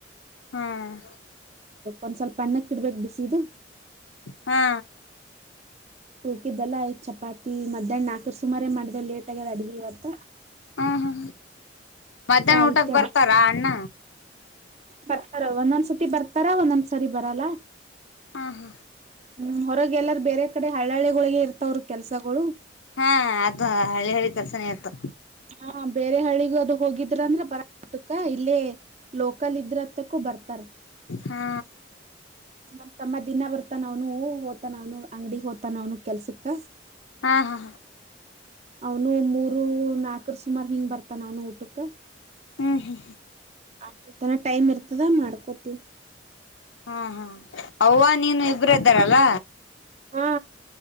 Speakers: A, on the left; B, on the right.
A: ಹ್ಮ್
B: ಒಂದ್ ಸ್ವಲ್ಪ ಅ್ಣಕ್ಕಿಡ್ಬೇಕ ಬಿಸಿದು
A: ಹಾ
B: ಉಳ್ಕಿದ್ದಲ್ಲಾ ಐ್ ಚಪಾತಿ ಮಧ್ಯಾಹ್ನ ನಾಲ್ಕರ್ ಸುಮಾರ ಮಾಡಿದವ ಲೇಟ್ ಆಗ್ಯದ ಅಡ್ಗವತ್ತ
A: ಹಾ ಹಾ ಮಧ್ಯಾಹ್ನ ಊಟಕ್
B: ಐತಿ
A: ಬರ್ತಾರಾ
B: ಅಡ್ಗಿ
A: ಅಣ್ಣ
B: ಬರ್ತಾರ ಒಂದೊಂದ್ಸತಿ ಬರ್ತಾರಾ ಒಂದೊಂದ್ಸರಿ ಬರಲ್ಲ
A: ಹಾ ಹಾ
B: ಹ್ಮ್ ಹೊರಗೆ ಎಲ್ಲಾರ ಬೇರೆ ಕಡೆ ಹಳ್ಳಳ್ಳಿಗಳೊಳಗೆ ಇರ್ತವ್ರ ಕೆಲ್ಸಗಳು
A: ಹಾ ಅದು ಹಳಿ ಹಳಿ ಕೆಲ್ಸಾನೆ ಆಯ್ತು
B: ಹಾ ಬೇರೆ ಹಳ್ಳಿಗೂ ಅದು ಹೋಗಿದ್ರ ಅಂದ್ರ ಬರ ಟಕ ಇಲ್ಲೇ ಲೋಕಲ್ ಇದ್ರತ್ತಕ್ಕೂ ಬರ್ತ ತ್ತ <unintelligible>
A: ಹಾ
B: ನಮ್ಮ್ ತಮ್ಮ ದಿನ ಬರ್ತಾನ ಅವನು ಹೂ ಹೋತಾನ ಅವ್ನು ಅಂಗಡಿಗೆ ಹೋತನ ಅವನು ಕೆಲ್ಸಕ್ಕ
A: ಹಾ ಹಾ
B: ಅವನು ಮೂರು ನಾಲ್ಕರ್ ಸುಮಾರು ಹಿಂಗ್ ಬರ್ತಾನ ಅವನು ಊಟಕ್ಕ
A: ಹ್ಮ ಹ್ಮ
B: ಆ ತನ ಟೈಮ್ ಇರ್ತದ ಮಾಡ್ಕೋತಿನ್
A: ಹಾ ಹಾ ಅವ್ವ ನೀನು ಇಬ್ರ ಇದ್ದಾರಲ್ಲ
B: ಹಾ